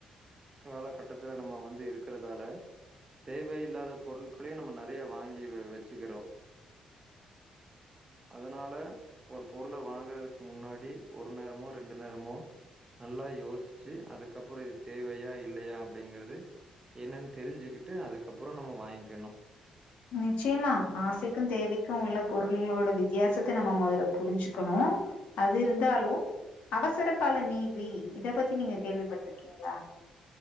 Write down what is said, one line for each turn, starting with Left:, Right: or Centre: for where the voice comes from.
Right: காலகட்டத்ல நம்ம வந்து இருக்கிறதால தேவையில்லாத பொருள் ப்ளே நம்ம நெறைய வாங்கி வெ வெச்சுக்கிறோ அதனால ஒரு பொருள வாங்குறதுக் முன்னாடி ஒரு நேரமோ ரெண்டு நேரமோ நல்லா யோசிச்சு அதுக்கப்புற இது தேவையா இல்லையா அப்டிங்கிறது என்னனு தெரிஞ்சிக்கிட்டு அதுக்கப்புற நம்ம வாய்ங்க்கணு
Left: நிச்சயமா ஆசைக்கூ தேவைக்கூ உள்ள பொருள்களோட வித்தியாசத்த நம்ம மொதல்ல புரிஞ்சுக்கணூ அது இருந்தாலு அவசர கால நீதி இத பத்தி நீங்க கேள்விபட்ருக்கீங்ளா